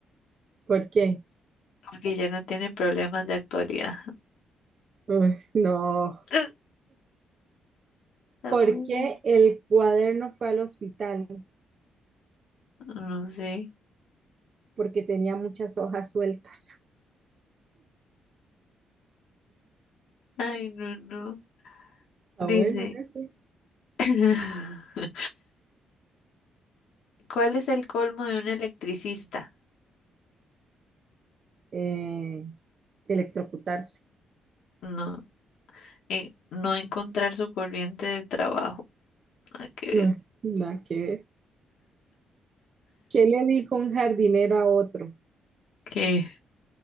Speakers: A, on the right; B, on the left.
A: ¿Por qué?
B: Porque ya no tiene problemas de actualidad.
A: Uy, no.
B: <laughs> Está
A: ¿Por
B: muy
A: qué
B: mal.
A: el cuaderno fue al hospital?
B: No sé.
A: Porque tenía muchas hojas sueltas.
B: Ay, no, no.
A: Está
B: Dice,
A: bueno ese.
B: <laughs> ¿cuál es el colmo de un electricista?
A: Eh, electrocutarse.
B: No, eh, no encontrar su corriente de trabajo. que,
A: Mm, Nada que ver. ¿Qué le dijo un jardinero a otro?
B: que-